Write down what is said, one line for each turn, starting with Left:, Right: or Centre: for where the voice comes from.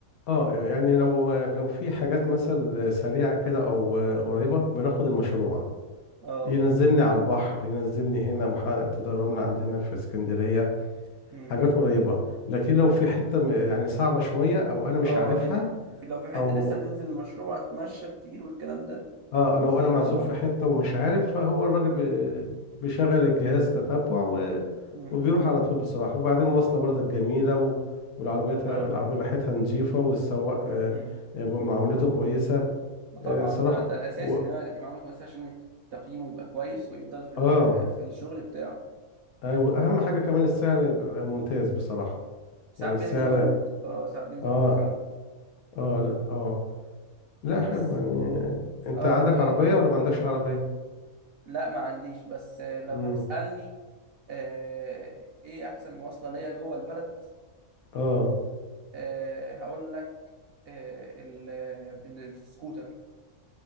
Left: اه يعني لو لو في حاجات مثلا سريعة كده او قريبة بناخد المشروع
Right: اه
Left: ينزلني على البحر ينزلني هنا محطة الرمل عندنا في اسكندرية
Right: أمم.
Left: حاجات قريبة لكن لو في حتة م- يعني صعبة شوية او انا مش
Right: اه
Left: عارفها
Right: يعني في لو في حتة
Left: او
Right: لسه هتنزل المشروع هتمشى كتير والكلام ده
Left: اه
Right: ولسه
Left: لو انا
Right: هتدور
Left: معزوم في حتة ومش عارف فهو الراجل
Right: أمم.
Left: بي- بيشغل الجهاز تتبع و...
Right: أمم.
Left: وبيروح على طول بصراحة وبعدين مواصلة برضك جميلة و... والعربيتها
Right: اه
Left: العربية ريحتها نظيفة والسواق آه،
Right: أمم.
Left: آه، معاملته كويسة
Right: وطبعا
Left: آه، صراحة
Right: ده ده اساسي
Left: و...
Right: ان هو يبقى معامله كويسه عشان تقييمه يبقى كويس ويفضل في ال-
Left: اه
Right: في الشغل بتاعه
Left: ايوه اهم حاجة كمان السعر يبقى ممتاز بصراحة
Right: ساعات
Left: يعني
Right: بينزل
Left: السعر
Right: عروض اه ساعات بينزل
Left: اه
Right: عروض فعلا
Left: اه لا اه لا
Right: بس
Left: حلو يعني انت
Right: اه
Left: عندك
Right: إيه،
Left: عربية ولا ما عندكش عربية
Right: لا ما عنديش بس آه، لو
Left: امم
Right: هتسألني آه، ايه احسن مواصلة ليا جوه البلد
Left: اه
Right: آه، هقول لك آه، ال- ال- السكوتر